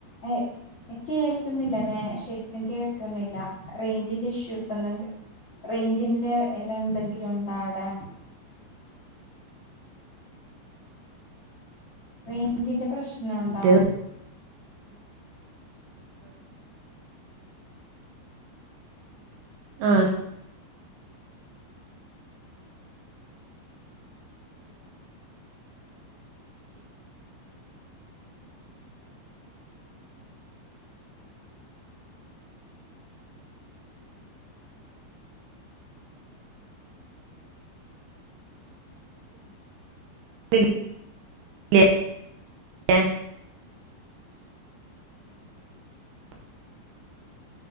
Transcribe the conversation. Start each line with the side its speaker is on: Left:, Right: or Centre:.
Left: ഏഹ് കേൾക്കുന്നില്ല <unintelligible> ശെരിക്കും കേൾക്കുന്നില്ല, റേഞ്ചിന്റെ ഇഷ്യൂസെന്തെ <unintelligible> റേഞ്ചിന്റെ ഇത് എന്തെങ്കിലും ഉണ്ടോ അവടെ? റേഞ്ചിന്റെ പ്രശ്നം ഉണ്ടാ?
Right: മറ്റേത് ആഹ് <unintelligible>